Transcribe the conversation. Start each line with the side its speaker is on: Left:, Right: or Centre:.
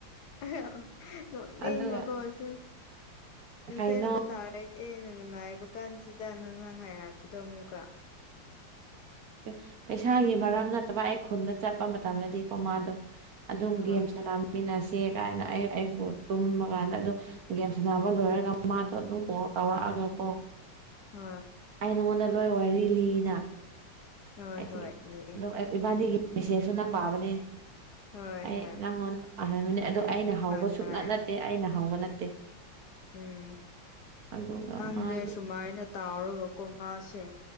Left: ꯑꯍ ꯅꯣꯛꯅꯤꯡꯕꯀꯣ
Right: ꯑꯗꯨꯒ
Left: ꯁꯦ ꯃꯦꯁꯦꯁꯀ
Right: ꯀꯩꯅꯣ
Left: ꯊꯥꯔꯦ ꯑꯦꯅ ꯅꯨꯡꯉꯥꯏꯕ ꯀꯥꯟꯖꯤꯗ ꯅꯪꯅ ꯍꯥꯏꯔꯛꯄꯗꯣ ꯑꯃꯨꯛꯀ
Right: ꯑꯦ ꯄꯩꯁꯥꯒꯤ ꯃꯔꯝ ꯅꯠꯇꯕ ꯑꯩ ꯈꯨꯟꯗ ꯆꯠꯄ ꯃꯇꯝꯗꯗꯤꯀꯣ ꯃꯥꯗꯣ ꯑꯗꯨꯝ
Left: ꯍꯣꯏ
Right: ꯒꯦꯝ ꯁꯥꯟꯅꯃꯤꯟꯅꯁꯦ ꯀꯥꯏꯅ ꯑꯩ ꯑꯩꯕꯨ ꯇꯨꯝꯕ ꯀꯥꯟꯗ ꯑꯗꯣ ꯒꯦꯝ ꯁꯥꯟꯅꯕ ꯂꯣꯏꯔꯒ ꯃꯥꯗꯣ ꯑꯗꯨꯝ ꯀꯣꯜ ꯇꯧꯔꯛꯑꯒ ꯀꯣ
Left: ꯍꯣꯏ
Right: ꯑꯩ ꯅꯉꯣꯟꯗ ꯂꯣꯏ ꯋꯥꯔꯤ ꯂꯤꯅꯥ
Left: ꯍꯣꯏ
Right: ꯍꯥꯏꯗꯤ
Left: ꯍꯣꯏ
Right: ꯑꯗꯨꯝ ꯑꯦ ꯏꯕꯥꯅꯤꯒꯤ ꯃꯦꯁꯦꯁꯁꯨ ꯅꯪ ꯄꯥꯕꯅꯦ
Left: ꯍꯣꯏ
Right: ꯑꯩ
Left: ꯍꯣꯏ
Right: ꯅꯪꯉꯣꯟꯗ ꯄꯥꯍꯟꯕꯅꯦ
Left: ꯎꯝ
Right: ꯑꯗꯣ ꯑꯩꯅ ꯍꯧꯕ
Left: ꯌꯥꯗꯔꯥꯏ
Right: ꯁꯨꯞꯅꯠ ꯅꯠꯇꯦ ꯑꯩꯅ ꯍꯧꯕ ꯅꯠꯇꯦ
Left: ꯎꯝ
Right: ꯑꯗꯨꯒ
Left: ꯈꯪꯗꯦ
Right: ꯃꯥꯗꯤ
Left: ꯁꯨꯃꯥꯏꯅ ꯇꯥꯎꯔꯒꯀꯣ ꯃꯥꯁꯦ